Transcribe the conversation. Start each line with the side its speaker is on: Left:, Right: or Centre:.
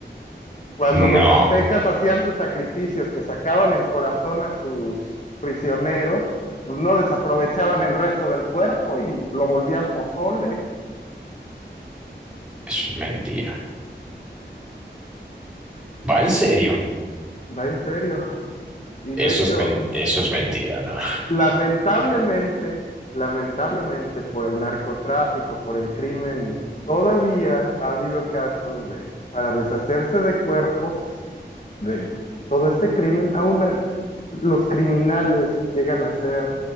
Left: Cuando los
Centre: No,
Left: aztecas hacían sus sacrificios, que sacaban el corazón a sus prisioneros, pues no desaprovechaban el resto del cuerpo y lo volvían pozole,
Centre: eso es mentira. ¿Va en serio?
Left: va en serio. Y
Centre: Eso
Left: de hecho,
Centre: es men- eso es mentira, no. <laughs>
Left: Lamentablemente, lamentablemente por el narcotráfico, por el crimen, todavía ha habido casos de, para deshacerse de cuerpos, de todo este crimen, aún a- los criminales llegan a ser